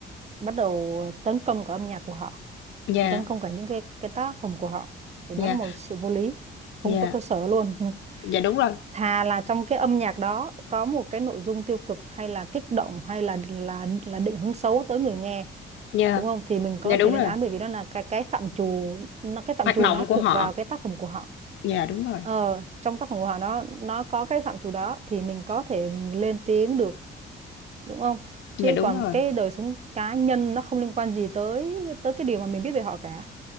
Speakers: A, on the right; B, on the left.
A: bắt đầu tấn công cả âm nhạc của họ
B: dạ
A: và tấn công cả những cái cái tác phẩm của họ thì đó
B: dạ
A: là một sự vô lý không
B: dạ
A: có cơ sở luôn <laughs>
B: dạ đúng rồi
A: thà là trong cái âm nhạc đó có một cái nội dung tiêu cực hay là kích động hay là là là định hướng xấu tới người nghe
B: dạ
A: đúng không thì mình có
B: dạ đúng
A: thể lên
B: rồi
A: án bởi vì đó là cái cái phạm trù nó cái phạm
B: hoạt
A: trù
B: động
A: nó
B: của
A: thuộc
B: họ
A: vào cái tác phẩm của họ
B: dạ đúng rồi
A: ờ, trong tác phẩm của họ nó nó có cái phạm trù đó thì mình có thể lên tiếng được đúng không chứ
B: dạ đúng
A: còn
B: rồi
A: cái đời sống cá nhân nó không liên quan gì tới tới cái điều mà mình biết về họ cả